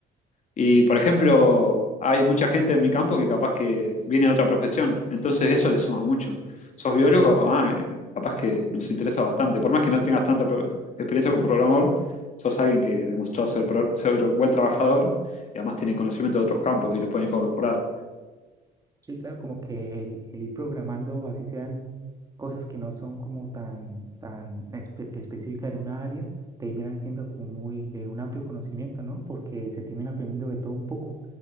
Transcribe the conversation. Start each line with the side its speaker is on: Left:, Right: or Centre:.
Left: Y, por ejemplo, hay mucha gente en mi campo que capaz que viene de otra profesión, entonces eso le suma mucho. ¿Sos biólogo? Ah, eh, capaz que nos interesa bastante. Por más que no tengas tanta pro- experiencia como programador, sos alguien que demostró ser, pro- ser buen trabajador y además tiene conocimiento de otros campos y lo pueden incorporar.
Right: sí, claro, como que el, el ir programando, así sean cosas que no son como tan, tan espe- específicas en una área, terminan siendo como muy de un amplio conocimiento, ¿no? Porque se termina aprendiendo de todo un poco,